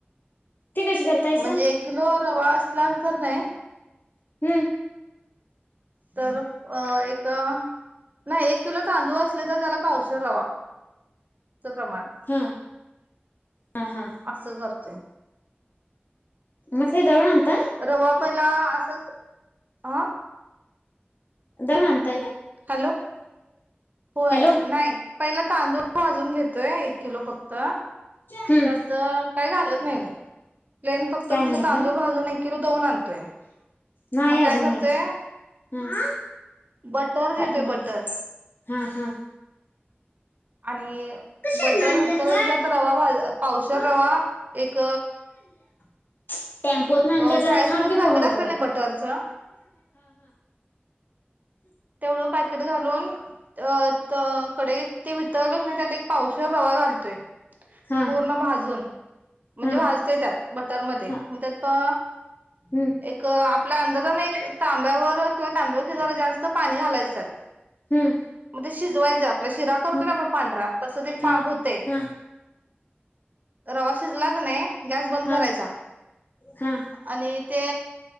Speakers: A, on the left; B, on the right.
A: ती कशी करतायसा?
B: म्हणजे एक कीलो रवा असला तरनाय
A: हम्म
B: तर. अ एक. नाही एक किलो तांदूळ असले तर त्याला पावसे रवा. प्रमाण
A: हा हा हा
B: असं करत. ते.
A: मग दवडंत <unintelligible>
B: रवा पला असंच ह.
A: दव अंतयता.
B: हॅलो होय
A: हॅलो
B: नाही पहिल तांदुळ. अजून घेतोय एक किलो फक्त.
A: हम्म.
B: त्यात काय घालत नाही मी. प्लेन फक्त
A: काय
B: नुसत
A: नाही
B: तांदूळ
A: का?
B: भाजून एक किलो दोन आणतोय,
A: नाही
B: मग
A: अजून
B: काय करतोय
A: न्यायची हा
B: बटर घेतोय
A: हा
B: बटर.
A: हा.
B: आणि
A: कशातन
B: बटर
A: आणल्या
B: वितत व
A: ग
B: त्यात रवा भाज. पावसा
A: हं
B: रवा एक.
A: ह <unintelligible> टेम्पोत नाही
B: चाळीस
A: आणल्या जरा थांब
B: रुपयाच
A: की
B: पॅकेट
A: फोनवर
B: असते
A: बोलायला.
B: ना बटरचं तेवढं पॅकेट घालून अ कडे ते वितळलं की नाही त्यात एक पावशीवर रवा घाल. ते.
A: हा हा हा
B: पूर्ण भाजून. म्हणजे
A: हा
B: वाजतोय त्यात. बटरमध्येध्ये
A: हा
B: मग त्यात प
A: हम्म
B: एक आप आपल्या अंदाजानने एक तांब्यावर किंवा तांब्यावर जरा जास्त पाणी घालायच त्यात.
A: हम्म.
B: शिजवायच शिरा करतो
A: हम्म
B: ना आपण पांढरा तस ते पा
A: हा
B: होते.
A: हा
B: रवा शिजला का नाही? गॅस बंद
A: हा
B: करायचा,
A: हा
B: आणि ते